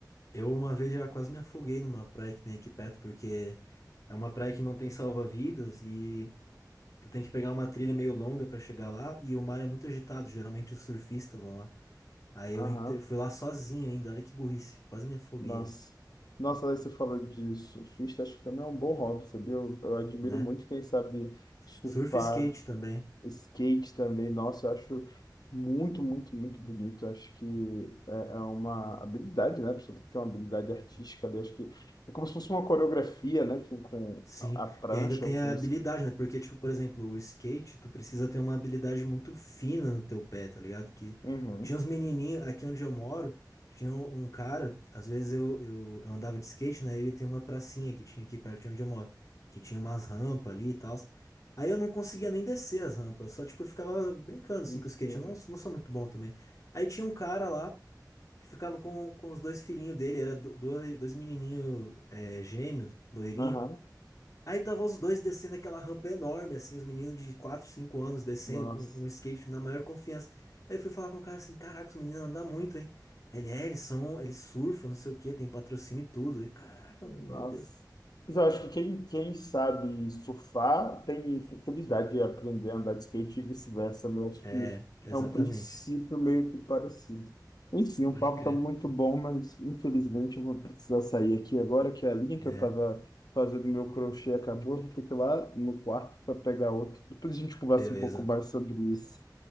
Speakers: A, on the left; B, on the left.
A: Eu uma vez já quase me afoguei numa praia que tem aqui perto, porque é uma praia que não tem salva-vidas e tu tem que pegar uma trilha meio longa pra chegar lá e o mar é muito agitado, geralmente os surfistas vão lá. Aí eu
B: Aham.
A: entrei, fui lá sozinho ainda, olha que burrice, quase me afoguei
B: Nossa.
A: ali,
B: Nossa, aí você falou de surfista, acho que também é um bom hobby, sabia? Eu, eu admiro
A: né?
B: muito quem sabe surfar
A: Surf e skate também.
B: O skate também, nossa, eu acho muito, muito, muito bonito. Eu acho que é, é uma habilidade, né? A pessoa tem que ter uma habilidade artística ali. Eu Acho que é como se fosse uma coreografia, né? Com, com
A: Sim,
B: a a prancha
A: e ainda tem
B: ou com.
A: a habilidade,
B: o sk-
A: né? Porque, tipo, por exemplo, o skate, tu precisa ter uma habilidade muito fina no teu pé, tá ligado? Que
B: Uhum.
A: tinha uns menininhos, aqui onde eu moro, tinha um um cara, às vezes eu, eu, eu andava de skate, né? E ia ter uma pracinha que tinha aqui perto de onde eu moro, que tinha umas rampas ali e tal. Aí eu não conseguia nem descer as rampas, só, tipo, eu ficava brincando, assim,
B: Isso.
A: com o skate, eu não, não sou muito bom também. Aí tinha um cara lá, que ficava com, com os dois filhinhos dele, era do- dois, dois menininhos, é, gêmeos, loirinhos.
B: Aham.
A: Aí tava os dois descendo aquela rampa enorme, assim, os meninos de 4, 5 anos descendo
B: Nossa.
A: com um skate na maior confiança. Aí eu fui falar com o cara assim, caraca, os meninos andam muito, hein? Aí ele, é, eles são, eles surfam, não sei o quê, tem patrocínio e tudo. E caraca, meu
B: Nossa.
A: Deus.
B: Mas eu acho que quem, quem sabe surfar tem facilidade de aprender a andar de skate e vice-versa. né? Eu acho
A: É,
B: que
A: exatamente.
B: é um princípio meio que parecido. Enfim, o
A: Pode
B: papo
A: crer.
B: está muito bom, mas infelizmente eu vou precisar sair aqui agora, que a linha que
A: É,
B: eu estava fazendo meu crochê acabou. Eu Vou ter que ir lá no quarto para pegar outro. Depois a gente conversa
A: beleza.
B: um pouco mais sobre isso.